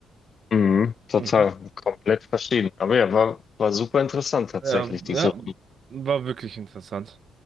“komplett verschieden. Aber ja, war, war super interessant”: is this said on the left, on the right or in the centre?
Left